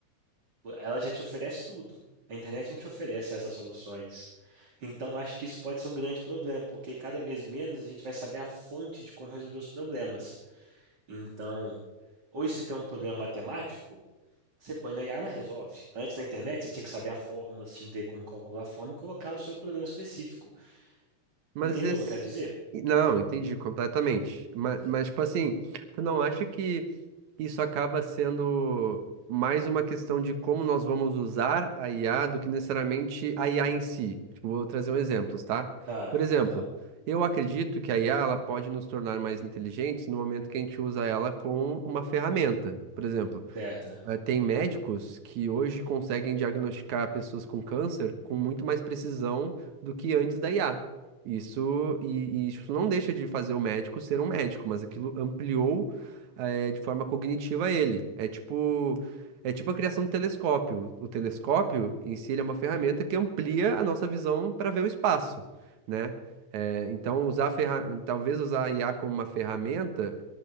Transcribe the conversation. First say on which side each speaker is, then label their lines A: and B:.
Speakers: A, on the right (about 35°); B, on the right (about 75°).
A: Ela já te oferece tudo. A internet não te oferece essas soluções. Então acho que isso pode ser um grande problema, porque cada vez menos a gente vai saber a fonte de como resolver os problemas. Então, hoje se tem um problema matemático, você põe na IA, ela resolve. Antes na internet você tinha que saber a fórmula, você tinha que ter como calcular a fórmula e colocar o seu problema específico.
B: Mas
A: Entendeu
B: esse.
A: o que eu quero dizer?
B: Não, entendi completamente. Mas, mas, tipo assim, tu não acha que isso acaba sendo mais uma questão de como nós vamos usar a IA do que necessariamente a IA em si? Tipo, vou trazer um exemplo, tá?
A: Ah,
B: Por exemplo,
A: aham,
B: eu acredito que a IA ela pode nos tornar mais inteligentes no momento que a gente usa ela como uma ferramenta. Por exemplo,
A: certo.
B: eh, tem médicos que hoje conseguem diagnosticar pessoas com câncer com muito mais precisão do que antes da IA. Isso, e, e isso não deixa de fazer o médico ser um médico, mas aquilo ampliou, eh, de forma cognitiva ele. É tipo, é tipo a criação do telescópio. O telescópio em si ele é uma ferramenta que amplia a nossa visão para ver o espaço, né? Eh, então usar a ferra... talvez usar a IA como uma ferramenta